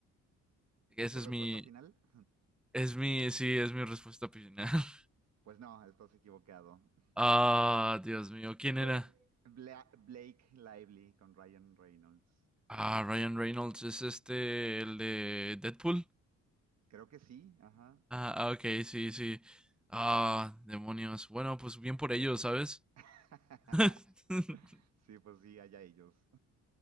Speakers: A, in the centre; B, on the right.
A: Esa
B: ¿Es tu
A: es
B: respuesta
A: mi,
B: final? <laughs>
A: es mi, sí, es mi respuesta final. <laughs>
B: Pues no, estás equivocado.
A: Ah, Dios mío, ¿quién
B: Fue
A: era?
B: Bla- Blake Lively con Ryan Reynolds.
A: Ah, Ryan Reynolds es este, el de Deadpool.
B: Creo que sí, ajá.
A: Ah, ah, ok, sí, sí. Ah, demonios. Bueno, pues bien por ellos, ¿sabes?
B: <laughs>
A: <laughs>
B: Sí, pues sí, allá ellos.